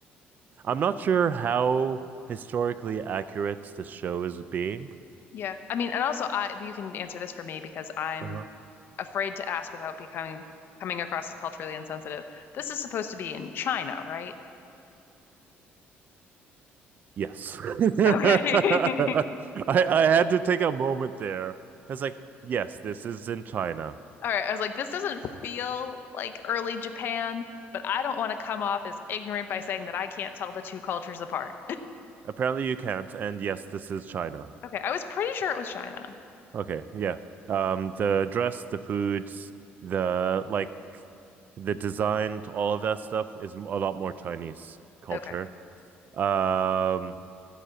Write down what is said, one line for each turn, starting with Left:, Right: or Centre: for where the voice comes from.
Right: I'm not sure how historically accurate this show is being.
Left: Yeah. I mean, and also I you can answer this for me because I'm
Right: Uh-huh.
Left: afraid to ask without becoming coming across as culturally insensitive. This is supposed to be in China, right?
Right: Yes, <laughs> I
Left: Okay. <laughs>
Right: I had to take a moment there. It's like yes, this is in China.
Left: All right, I was like, this doesn't feel like early Japan, but I don't want to come off as ignorant by saying that I can't tell the two cultures apart.
Right: Apparently you can't. And yes, this is China.
Left: Okay, I was pretty sure it was China.
Right: Okay, yeah. Um, the dress, the foods, the like, the design, all of that stuff is a lot more Chinese culture.
Left: Okay,
Right: Um,